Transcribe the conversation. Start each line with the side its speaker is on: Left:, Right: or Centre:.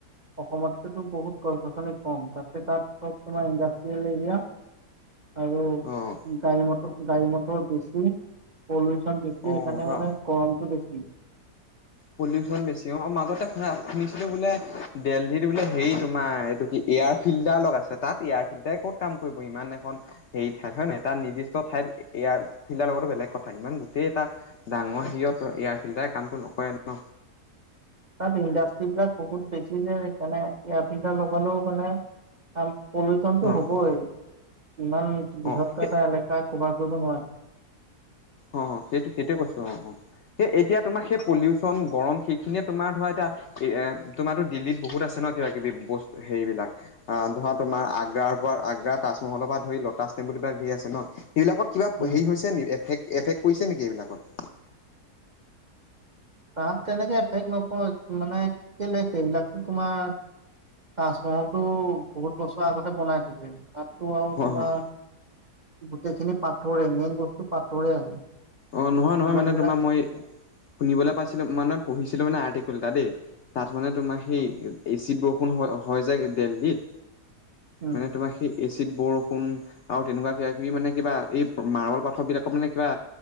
Right: অসমতকেতো বহুত গছ-গছনি কম। তাতে তাত চব তোমাৰ ইণ্ডাষ্ট্ৰিয়েল এৰিয়া। আৰু
Left: অ'
Right: গাড়ী মট গাড়ী মটৰ বেছি, পলো চন বেছি
Left: অ'
Right: হেকাণে
Left: ধৰা
Right: মানে গৰমতটো বে উ।
Left: পলিউচন বেছি অ'। অ' মাজতে শুনা-শুনি হেটো বোলে দেলহিত বোলে হেই তোমাৰ, এটো কি এয়াৰ ফিল্টাৰ লগাইছে। তাত এয়াৰ ফিল্টাৰে ক'ত কাম কৰিব। ইমান এখন হেই ঠাইত হয নহয়? তাত নিৰ্দিষ্ট ঠাইত এ-এয়াৰ ফিল্টাৰ লগোৱাতো বেলেগ কথা। ইমান গোটেই এটা ডাঙৰ হেইয়ত এয়াৰ ফিল্টাৰে কামটো নকৰে ন।
Right: তাত ইণ্ডাষ্টিবিলাক বহুত বেছি যে হেকাণে এয়াফিল্টাৰ লগালেও মানে কাম পলিচনটো
Left: অ
Right: হ'বই। ইমান বৃহত্ত
Left: অ
Right: এটা এলেকাত। কভাৰ কৰিব নোৱাই।
Left: অ', সেইটো-সেইটোৱে কৈছো। অ', এ এতিয়া তোমাৰ সেই পলিউচন, গৰম সেইখিনিয়ে তোমাৰ ধৰা এতিয়া এ তোমাৰো দিল্লীত বহুত আছে ন কিবা-কিবি বস্ত, হেৰি বিলাক আহ ধৰা তোমাৰ আগ্ৰাৰ পৰা আগ্ৰা, তাজমহলৰ পৰা ধৰি লটাছ টেম্পুল পৰা ধৰি ধেই আছে ন সেইবিলাকত কিবা
Right: উম
Left: হেৰি হৈছে নি? এফেক্ট? এফেক্ট কৰিছে নেকি এইবিলাকত?
Right: তাত তেনেকে এফেক্ট নপৰে, মানে কেলে সেইবিলাকটো তোমাৰ তাজমহলতটো বহুত বছৰ আগতে বনাই থাকে। তাততো আৰু
Left: হয়
Right: তোমাৰ
Left: হয়
Right: গোটেইখিনি পাথৰে মেইন বস্তু পাথৰে আছে।
Left: অ' নহয় নহয়
Right: যিমান
Left: মানে
Right: বিলাক
Left: তোমাৰ মই শুনিবলৈ পাইছিলো মানে পঢ়িছিলো মানে আৰ্টিকুল এটা দেই। ধনে তোমাৰ সেই
Right: অ',
Left: এচিড বস ষূণ হয়-হয় যায় দেল্লীত।
Right: উম
Left: মানে তোমাৰ সেই এচিত বৰষুণ আৰু তেনেকুৱা কিবা কিবি মানে কিবা এই মাৰ্বল পাথৰ বিলাকক মানে কিবা